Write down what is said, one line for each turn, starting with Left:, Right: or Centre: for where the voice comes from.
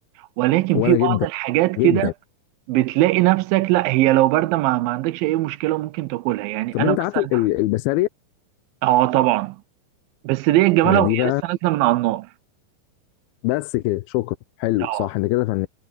Right: ولكن
Left: وانا
Right: في بعض
Left: جدا
Right: الحاجات
Left: جدا
Right: كده بتلاقي نفسك لا هي لو بارده ما, ما عندكش اي مشكله ممكن تاكلها يعني
Left: طب
Right: انا
Left: انت عارف
Right: مثلا
Left: ال- ال- البسارية
Right: اه طبعا بس دي الجماله
Left: آه، دي
Right: وهي
Left: بقى
Right: لسه نازله من على النار
Left: بس كده شكرا حلو
Right: اه
Left: صح انت كده فنان